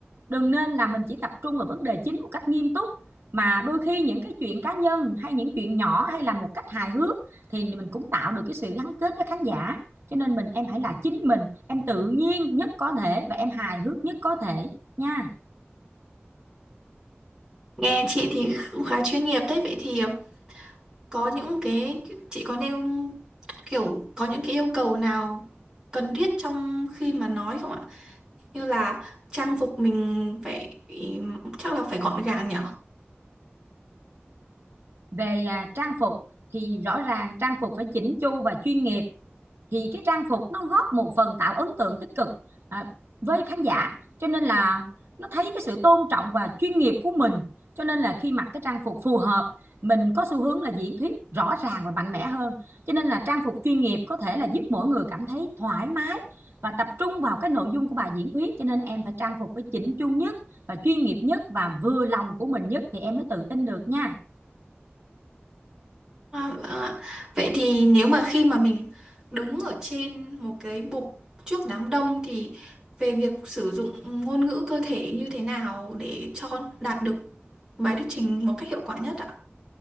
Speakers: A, on the right; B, on the right.
A: đừng nên là mình chỉ tập trung vào vấn đề chính một cách nghiêm túc mà đôi khi những cái chuyện cá nhân hay những chuyện nhỏ hay là một cách hài hước thì mình cũng tạo được cái sự gắn kết với khán giả cho nên mình em hãy là chính mình em tự nhiên nhất có thể và em hài hước nhất có thể nha
B: Nghe chị thì cũng khá chuyên nghiệp đấy vậy thì ờ, có những cái chị có nêu kiểu có những cái yêu cầu nào cần thiết trong khi mà nói không ạ? Như là trang phục mình phải chắc là phải gọn gàng nhỉ?
A: về à, trang phục thì rõ ràng trang phục phải chỉnh chu và chuyên nghiệp thì cái trang phục nó góp một phần tạo ấn tượng tích cực à, với khán giả cho nên là nó thấy cái sự tôn trọng và chuyên nghiệp của mình cho nên là khi mặc cái trang phục phù hợp mình có xu hướng là diễn thuyết rõ ràng và mạnh mẽ hơn cho nên là trang phục chuyên nghiệp có thể là giúp mỗi người cảm thấy thoải mái và tập trung vào cái nội dung của bài diễn thuyết cho nên em phải trang phục phải chỉnh chu nhất và chuyên nghiệp nhất và vừa lòng của mình nhất thì em mới tự tin được nha
B: À, vâng ạ. Vậy thì nếu mà khi mà mình đứng ở trên một cái bục trước đám đông thì về việc sử dụng ngôn ngữ cơ thể như thế nào để cho đạt được bài thuyết trình một cách hiệu quả nhất ạ?